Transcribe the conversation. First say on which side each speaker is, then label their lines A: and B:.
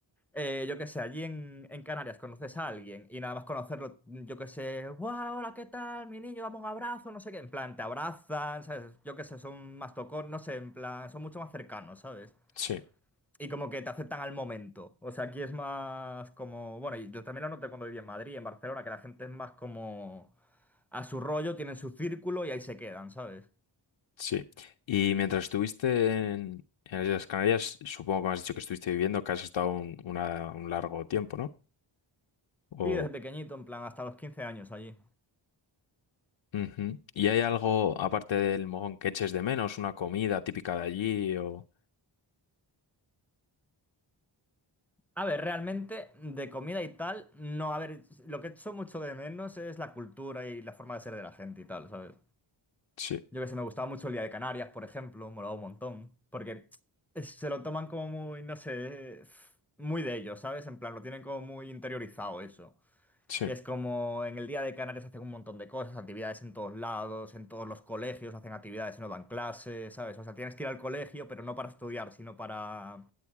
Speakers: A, in the centre; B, on the left (about 65°).
A: Eh, yo qué sé, allí en, en Canarias conoces a alguien y nada más conocerlo, yo qué sé, ¡guau! Hola, ¿qué tal? Mi niño, dame un abrazo, no sé qué. En plan, te abrazan, ¿sabes? Yo qué sé, son más tocón, no sé, en plan, son mucho más cercanos, ¿sabes?
B: sí,
A: Y como que te aceptan al momento. O sea, aquí es más como. Bueno, y yo también lo noté cuando viví en Madrid, en Barcelona, que la gente es más como. a su rollo, tienen su círculo y ahí se quedan, ¿sabes?
B: sí. Y mientras estuviste en, en las Islas Canarias, supongo que me has dicho que estuviste viviendo, que has estado un, una- un largo tiempo, ¿no? O,
A: Sí, desde pequeñito, en plan, hasta los 15 años allí.
B: Ujú. ¿Y hay algo, aparte del mojón, que eches de menos, una comida típica de allí o...?
A: A ver, realmente de comida y tal, no, a ver, lo que echo mucho de menos es la cultura y la forma de ser de la gente y tal, ¿sabes?
B: Sí,
A: Yo que sé, me gustaba mucho el Día de Canarias, por ejemplo, molaba un montón, porque es- se lo toman como muy, no sé, muy de ellos, ¿sabes? En plan, lo tienen como muy interiorizado eso.
B: sí,
A: Y es como en el Día de Canarias hacen un montón de cosas, actividades en todos lados, en todos los colegios hacen actividades y no dan clases, ¿sabes? O sea, tienes que ir al colegio, pero no para estudiar, sino para